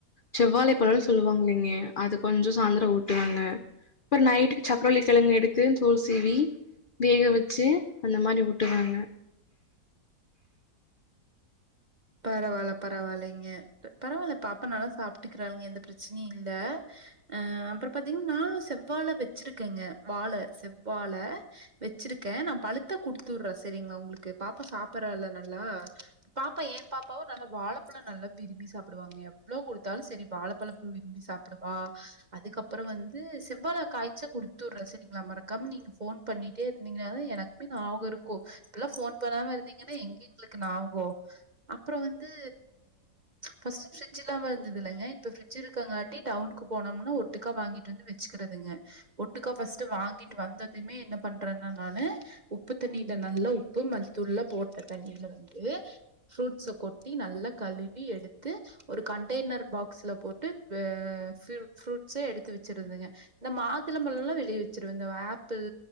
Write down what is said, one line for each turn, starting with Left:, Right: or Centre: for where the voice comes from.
Left: செவ்வாழை பழோன் சொல்வாங்கில்லைங்க அது கொஞ்சோ சாய்ந்திரோ ஊட்டுவேங்க அப்புற் நைட்டுக்கு சக்ரவள்ளிக்கெழங் எடுத்து தோள் சீவி வேக வெச்சு அந்த மாரி ஊட்டுவேங்க
Right: பரவால பரவாலைங்க ர பரவால்ல பாப்பா நல்லா சாப்ட்டுக்குறாளங் எந்த ப்ரெச்னியு இல்ல அ அப்புற பாத்தீங்ன் நானு செவ்வாழ வெச்சிருக்கேங்க வாழ செவ்வாழ வெச்சிருக்கே நா பழுத்தா குடுத்துட்றே செரிங்கலா உங்குளுக்கு பாப்பா சாப்பறால நல்லா பாப்பா ஏ பாப்பாவு நல்லா வாழப்பழம் நல்லா விரும்பி சாப்புடுவாங்க எவ்ளோ குடுத்தாலு சரி வாழப்பழத்த விரும்பி சாப்டுவா அதுக்கப்பறோ வந்து செவ்வாழ காய்ச்சா குடுத்துடுறே சரிங்களா மறக்காம நீங்க ஃபோன் பண்ணிட்டே இருந்தீங்கனாதா எனக்குமே ஞாவகம் இருக்கு இப்பல்லா ஃபோன் பண்ணாம இருந்தீங்கன்னா எங்க எங்களுக்கு ஞாவகோ அப்புறோ வந்து ஃபஸ்ட்டு ஃப்ரிட்ஜ்ல்லாம இருந்துதுல்லங்க இப்ப ஃப்ரிட்ஜ் இருக்கங்காட்டி டவுனுக்கு போனோம்னா ஒட்டுக்கா வாங்கிட்டு வந்து வச்சுக்கறதுங்க ஒட்டுக்கா ஃபர்ஸ்ட்டு வாங்கிட்டு வந்ததுமே என்ன பண்றேன்னா நானு உப்பு தண்ணில நல்ல உப்பு மஞ்சதூள்ளா போட்ட தண்ணில வந்து ஃப்ரூட்ஸ கொட்டி நல்லா கழுவி எடுத்து ஒரு கண்டெய்னர் பாக்ஸ்ல போட்டு அ ஃப்ரூட்ஸ எடுத்து வச்சிருந்துங்க இந்த மாதுளம்பழம்லா வெளிய வச்சுருவே இந்த ஆப்பிள்